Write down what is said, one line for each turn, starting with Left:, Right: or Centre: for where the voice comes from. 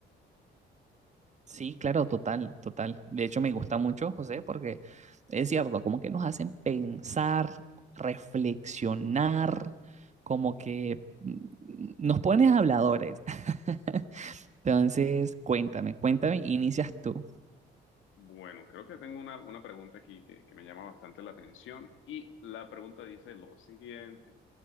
Right: Sí, claro, total, total. De hecho, me gusta mucho, José, porque es cierto, como que nos hacen pensar, reflexionar, como que mm, nos pones habladores. <laughs> Entonces, cuéntame, cuéntame, inicias tú.
Left: Bueno, creo que tengo una, una pregunta aquí que, que me llama bastante la atención y la pregunta dice lo siguiente.